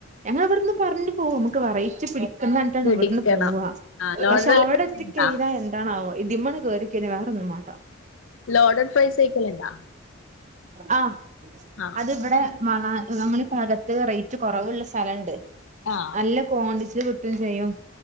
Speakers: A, on the right (about 35°); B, on the left (about 80°).
A: ഞങ്ങൾ ഇവിടെന്ന് പറഞ്ഞു പോവും നമ്മക്ക് വെറൈറ്റി പിടി ക്കന്നാണ് ട്ടാണ്
B: പിടിക്കണം
A: ഇവിടന്ന് പോവ ആ
B: ലോഡഡ്
A: പക്ഷെ അവടെത്തി
B: ഉണ്ടാ
A: കഴിഞ്ഞാ എന്താണാവോ ഇതിമ്മണ് കേറി ക്കൈഞ്ഞാ വേറൊന്നും വാേണ്ട
B: ലോഡഡ് ഫ്രൈസ് കഴിക്കലുണ്ടാ
A: ആഹ്
B: ആ
A: അതിവടെ മണാ നമ്മളീ ഭാഗത്ത് റെയ്റ്റ് കൊറവ്ള്ള സ്ഥലണ്ട്
B: ആ
A: നല്ല കോണ്ടിച്ചില് കിട്ടും ചെയ്യും